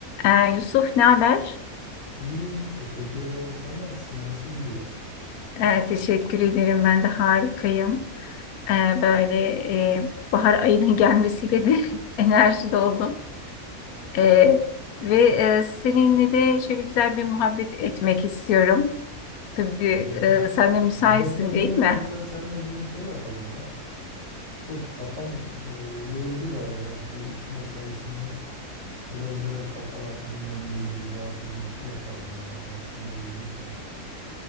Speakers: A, on the left (about 80°); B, on the left (about 20°).
A: Ee, Yusuf ne haber?
B: İyiyim, teşekkür ederim. Sen nasılsın? Nasıl gidiyor?
A: Ee, teşekkür ederim ben de harikayım. Ee, böyle e, bahar ayının gelmesiyle de <laughs> enerji doldum. Ee, ve e, seninle de şöyle güzel bir muhabbet etmek istiyorum. Tabii
B: Gidelim.
A: e, sen de müsaitsin
B: Muhabbet mi edelim
A: değil mi?
B: yoksa sen de bugün şey yapalım ya. Çok kafam e, yoruldu baya ya şu iş mesaisinden. Biraz böyle kafa dinlendirici, dağıtıcı bir şey yapalım yani eğer sen de uygunsan.